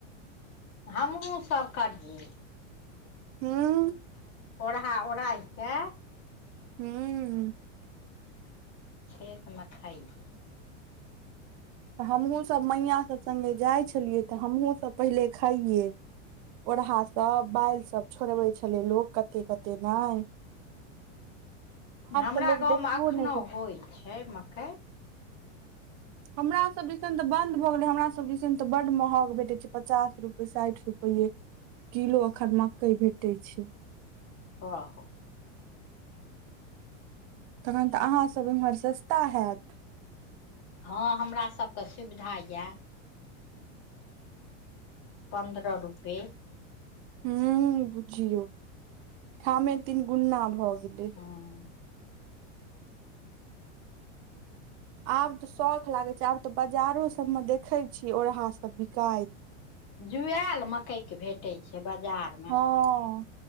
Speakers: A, on the left (about 40°); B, on the right (about 45°).
A: हमहूँ सब करयै
B: हँ
A: ओढ़हा ओढ़ाहिके
B: हूँ
A: खेत में खइे
B: तऽ हमहूँ सब मैया सब संगे जाइ छलियै तऽ हमहुँ सब पहिले खइये ओरहा सब बालि सब छोड़बै छले लोक कते कते नइ
A: हमरा
B: तऽ लोक
A: गाँव
B: देखबो
A: में एखनोहु
B: नहि कर
A: होइ छै मकइ
B: हमरा सब दिसन तऽ बन्द भऽ गेलै हमरा सब दिसन तऽ बड महग भेटैत छै पचास रुपए साइठ रुपैए किलो अखन मकई भेटय छै
A: हँ
B: तखन तऽ अहाँसब एम्हर सस्ता हैत
A: हँ हमरा सबके सुविधा यए पन्द्रह रुपये
B: हूँ बुझियौ ठामे तीन गुन्ना भऽ गेलै
A: हँ
B: आब तऽ शौख लागै छै आब तऽ बजारो सबमे देखे छीयै ओरहा सब बिकाइत
A: जुआयल मकई के भेटै छय बाजार
B: हँ